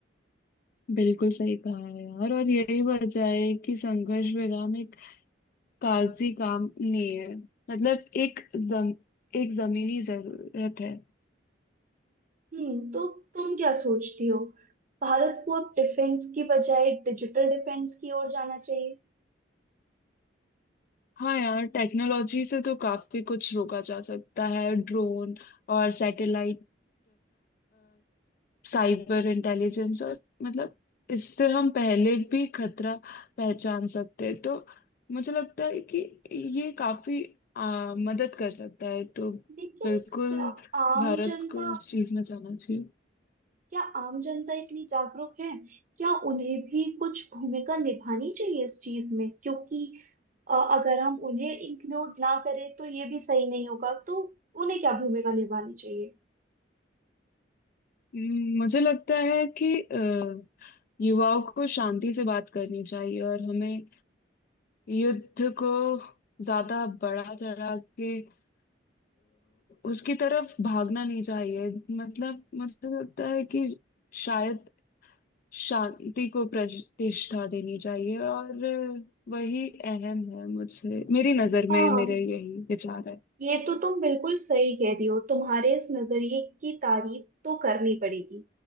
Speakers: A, on the left; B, on the right.
A: बिल्कुल सही कहा है यार और यही वजह है कि संघर्ष विराम एक कागजी काम नहीं है मतलब एक जम, एक जमीनी जरूरत है
B: हम्म तो तुम क्या सोचती हो भारत को अब डिफेंस की बजाय डिजिटल डिफेंस की ओर जाना चाहिए
A: हाँ यार टेक्नोलॉजी से तो काफी कुछ रोका जा सकता है ड्रोन और सैटेलाइट साइबर इंटेलिजेंस और मतलब इससे हम पहले भी खतरा पहचान सकते हैं तो मुझे लगता है कि ये काफी आ, मदद कर सकता है तो
B: लेकिन
A: बिल्कुल
B: क्या आम
A: भारत
B: जनता
A: को उस चीज में जाना चाहिए
B: क्या आम जनता इतनी जागरूक है क्या उन्हें भी कुछ भूमिका निभानी चाहिए इस चीज में क्योंकि अ, अगर हम उन्हें इंक्लूड ना करें तो ये भी सही नहीं होगा तो उन्हें क्या भूमिका निभानी चाहिए
A: हम्म, मुझे लगता है कि अ, युवाओं को शांति से बात करनी चाहिए और हमें युद्ध को ज्यादा बढ़ा चढ़ा के अ, उसकी तरफ भागना नहीं चाहिए मतलब मुझे लगता है कि शायद शांति को प्रतिष्ठा देनी चाहिए और वही अहम है मुझे मेरी नजर
B: हाँ
A: में मेरे यही विचार है
B: ये तो तुम बिल्कुल सही कह रही हो तुम्हारे इस नजरिए की तारीफ तो करनी पड़ेगी